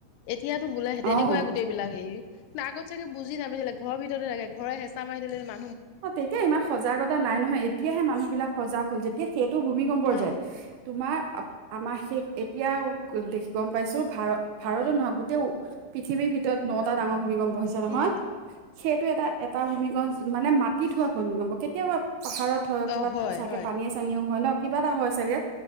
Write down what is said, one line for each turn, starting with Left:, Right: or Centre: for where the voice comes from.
Left: এতিয়া। বোলে তেনেকোৱাই
Right: অ
Left: গোটেই বিলাক সেই আগত চাগে বুজি নাপাইছিলে ঘৰ ভিততে থাকে ঘৰে হেঁচা মাৰ দিলে ম
Right: অ তেতিয়া ইমান সজাগতা নাই নহয়। এতিয়াহে মানুহ বিলাক সজাগ হ'ল যেতিয়া সেই- ভূমিকম্পৰ
Left: অ',
Right: যে তোমাৰ- আমাৰ শেষ এতিয়া দেখি গম পাইছো ভাৰ ভাৰতো নহয় গোটেই পৃথিৱীৰ ভিতৰত নটা ডাঙৰ ভূমিকম্প- হৈছে নহয়
Left: উম,
Right: সেইটো এটা, এটা ভূমিকম্প মানে মাটিত হোৱা ভূমিকম্প। কেতিয়াবা পাহাৰত হয় ক'ৰবাত
Left: অ',
Right: চাগে
Left: হয়,
Right: পানীয়ে চানীয়েও হয়
Left: উম।
Right: ন কিবা এটা হয় চাগে